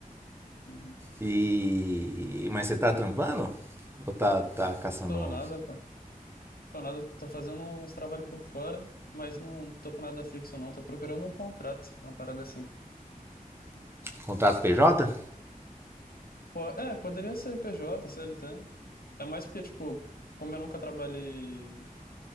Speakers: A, on the left; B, on the right.
A: Uhum.
B: E. Mas você tá trampando? Ou tá, tá caçando
A: Tô nada, pô. Tô nada. Tô fazendo uns trabalhos por fora, mas não tô com nada fixo, não. Tô procurando um contrato, uma parada assim.
B: contrato PJ?
A: Po- é, poderia ser PJ, CLT. É mais porque, tipo, como eu nunca trabalhei